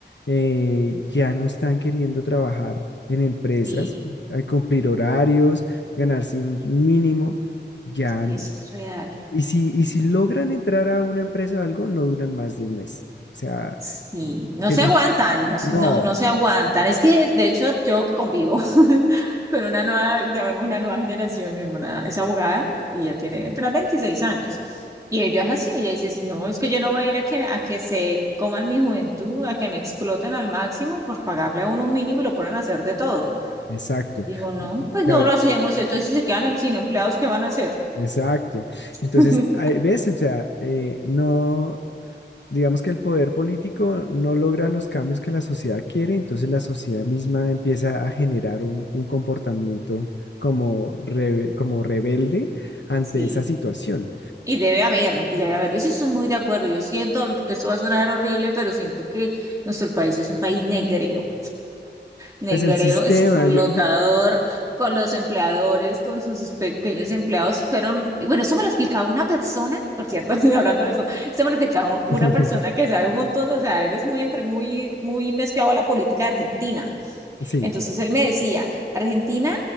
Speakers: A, on the left; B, on the right.
A: eh, ya no están queriendo trabajar en empresas,
B: Sí,
A: al cumplir horarios, ganarse un mínimo, ya,
B: sí,
A: n-
B: es real.
A: y si, y si logran entrar a una empresa o algo, no duran más de un mes. O sea,
B: Sí, no
A: que
B: se
A: los...
B: aguantan, no, se-
A: No,
B: no, no se aguantan. Es que, de hecho, yo convivo <laughs> con una nueva, llamemos una nueva generación. Mi hermana es abogada y ella tiene apenas 26 años. Y ella es así, ella dice, no, es que yo no voy a ir a que, a que se coman mi juventud, a que me exploten al máximo por pagarle a uno un mínimo y lo ponen a hacer de todo.
A: exacto.
B: Digo, no, pues
A: Ya
B: no lo hacemos. Entonces, si se quedan en- sin empleados, ¿qué van a hacer?
A: Exacto.
B: <laughs>
A: Entonces, ahí
B: O
A: ¿ves? O sea, eh, no, digamos que el poder político no logra los cambios que la sociedad quiere, entonces la sociedad misma empieza a generar un, un comportamiento como, rebe- como rebelde ante
B: Sí,
A: esa situación.
B: Y debe haber, y debe haber. Yo sí estoy muy de acuerdo. Yo siento que esto va a sonar horrible, pero siento que nuestro país es un país negrero negrero,
A: Pues el sistema,
B: explotador
A: yo, yo-
B: con los empleadores, con sus pequeños empleados. Fueron, bueno, eso me lo explicaba una persona, por cierto, <laughs> estoy hablando de eso, eso me lo explicaba
A: <laughs>
B: una persona que sabe un montón de, o sea, él es muy, entre, muy, muy mezclado a la política de Argentina.
A: sí,
B: Entonces él me decía, Argentina